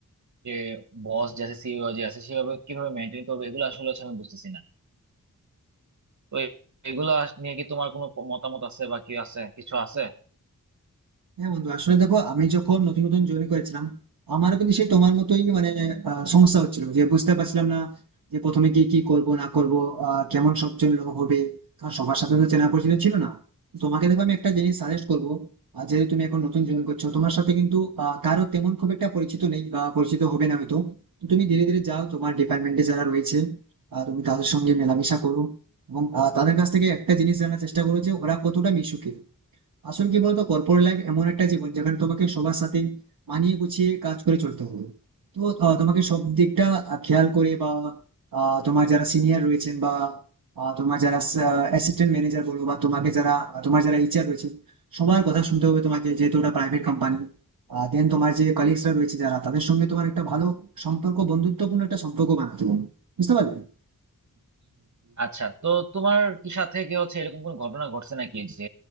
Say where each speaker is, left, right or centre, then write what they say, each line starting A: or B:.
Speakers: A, on the right; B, on the right.
A: যে বস যে আছে সিইও যে আছে সেভাবে কিভাবে মেনটেন করবো এগুলো আসলে হচ্ছে আমি বুঝতেছি না তো এ- এগুলো আস- নিয়ে কি তোমার কোনো প- মতামত আছে বা কি আছে কিছু আছে
B: হ্যাঁ বন্ধু আসলে দেখো আমি যখন নতুন নতুন জয়েন করেছিলাম আমারও কিন্তু সেই তোমার মতোই মানে আহ, সমস্যা হচ্ছিল যে বুঝতে পারছিলাম না যে প্রথমে গিয়ে কি করব না করব আহ, কেমন সবজন লোক হবে কারণ সবার সাথে তো চেনা পরিচিত ছিল না তোমাকে দেখো আমি একটা জিনিস সাজেস্ট করবো আহ, যেহেতু তুমি এখন নতুন জয়েন করছো তোমার সাথে কিন্তু আহ, কারো তেমন খুব একটা পরিচিত নেই বা পরিচিত হবে না হয়তো তো তুমি ধীরে ধীরে যাও তোমার ডিপার্টমেন্টে যারা রয়েছে আহ, তুমি তাদের সঙ্গে মেলামেশা করো এবং আহ, তাদের কাছ থেকে একটা জিনিস জানার চেষ্টা করো যে ওরা কতটা মিশুকে আসলে কি বলতো কর্পোরেট লাইফ এমন একটা জীবন যেখানে তোমাকে সবার সাথে মানিয়ে গুছিয়ে কাজ করে চলতে হবে তো আহ, তোমাকে সব দিকটা আহ, খেয়াল করে বা আহ, তোমার যারা সিনিয়র রয়েছেন বা আহ, তোমার যারা অ্যাসিস্ট্যান্ট ম্যানেজার বলো বা তোমাকে যারা আহ, তোমার যারা এইচআর রয়েছে সবার কথা শুনতে হবে তোমাকে যেহেতু ওটা প্রাইভেট কোম্পানি দেন তোমার যে কলিগসরা রয়েছে যারা তাদের সঙ্গে তোমার একটা ভালো সম্পর্ক বন্ধুত্বপূর্ণ একটা সম্পর্ক বানাতে হবে বুঝতে পারলে
A: আচ্ছা তো তোমার কি সাথে কি হচ্ছে এরকম কোনো ঘটনা ঘটছে নাকি যে